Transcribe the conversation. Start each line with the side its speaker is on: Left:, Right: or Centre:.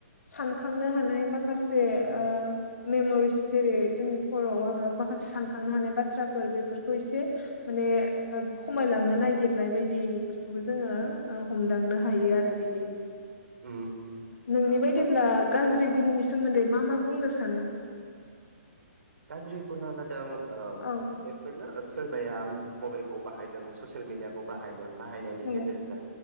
Left: सानखांनो हानाय माखासे ओ मेम'रिस जेरै जोंनि खर'आवहा माबा <unintelligible> सानखांनो हानाय बाथ्राफोर बेफोरखौ एसे माने ओ खमायलांनो नागिरनाय बायदि बेफोरखौबो जोङो ओ हमदांनो हायो आरो बिद दि
Right: उम
Left: नोंनि बायदिब्ला
Right: ओ
Left: गाज्रि गुननि सोमोन्दै मा मा बुंनो सानो?
Right: गाज्रि गुना जादों ओ
Left: औ
Right: बेफोरनो सोरबाया मबाइलखौ बाहायदों ससियेल मिडियाखौ बाहायदों बाहायनायनि
Left: औ
Right: गेजेरजों